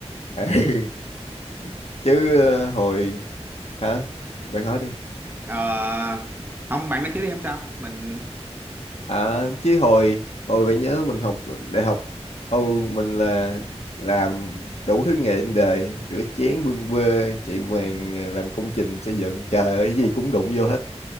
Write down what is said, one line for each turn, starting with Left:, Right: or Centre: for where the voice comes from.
Left: <laughs> chứ ờ,
Right: Ủa?
Left: hồi hả bạn hỏi đi
Right: Ờ, không bạn nói trước đi em sao mình
Left: À, chứ hồi hồi bạn nhớ mình học đại học ừ mình là làm đủ thứ nghề trên đời rửa chén bưng bê chạy vàng ờ, làm công trình xây dựng trời ơi cái gì cũng đụng vô hết